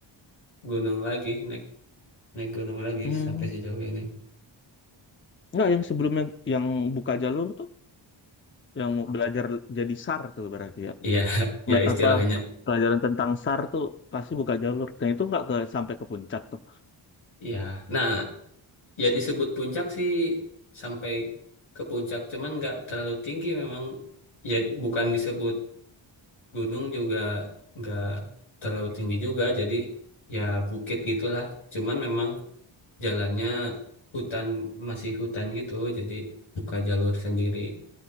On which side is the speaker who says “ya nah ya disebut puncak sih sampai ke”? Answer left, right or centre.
Left